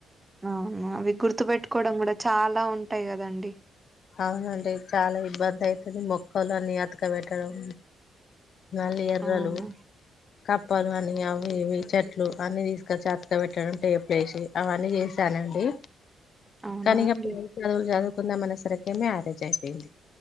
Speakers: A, on the right (about 15°); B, on the left (about 60°).
A: అవును అవి గుర్తుపెట్టుకోవడం కూడా చాలా ఉంటాయి కదండి
B: అవునండి చాలా ఇబ్బంది అయితుంది మొక్కలు అన్నీ అతకబెట్టడం నల్లి ఎర్రలు
A: అవును
B: కప్పలు అని అ ఏవి చెట్లు అన్ని తీసుక చెత్తగా పెట్టడం టేప్లే వేసి అవన్నీ చేసానండి
A: అవునా
B: కానీక
A: అండి
B: ప చదువులు చదువుకుందా మన సరికేమ మ్యారేజ్ అయిపోయింది